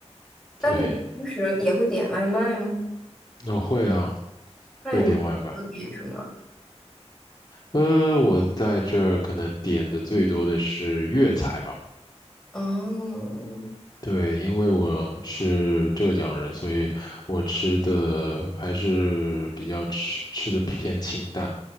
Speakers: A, in the centre; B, on the left (about 35°).
A: 那你平时也会点外卖吗？
B: 对，我会啊，
A: 那你有点什么？
B: 会点外卖。呃，我在这儿可能点的最多的是粤菜吧。
A: 哦。
B: 对，因为我是浙江人，所以我吃的还是比较吃吃的偏清淡。